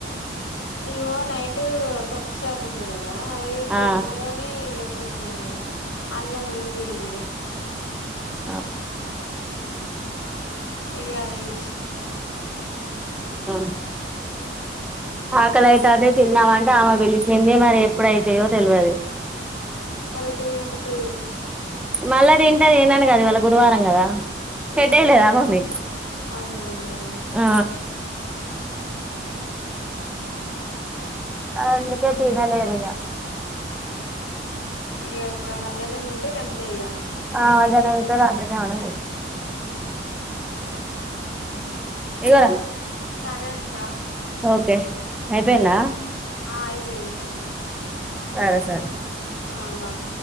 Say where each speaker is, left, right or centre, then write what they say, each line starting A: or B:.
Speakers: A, on the left; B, in the centre.
A: ఇగో నైట్ పప్పుచార్ ఉండే కదా అదే తిన్నవని
B: ఆ
A: ఇగ కొంచం అన్నం ఉండి పోయిందిగ
B: అ
A: ఇగ అదే విష్ను
B: ఆ ఆకలైతాంది తిన్నామంటే ఆమె పిలిచింది మరి ఎప్పుడైతయో తెల్వది
A: మరి ఎంత దినకపోఇరు
B: మళ్ళా తింటా దినను కాదు ఇవాళ గురువారం గదా
A: ఓ
B: హడలేదా
A: అవునవును
B: ఆ పాపని
A: అవునవును కదా
B: ఆ ఆహ్ ఇంకోటి వినలేను ఇక.
A: ఇగ ఒక్క మధ్యాహ్నం తింటే అంతే ఇగ.
B: ఆహ్ మధ్యాహ్నం తింటే రాత్రికి అన్నం తినను.
A: ఆహ్.
B: ఇగోరా.
A: సరే అక్క.
B: ఓకే అయిపోయిందా.
A: ఆహ్ అయిపోయింది.
B: సరే సరే.
A: ఆహ్ బాయ్.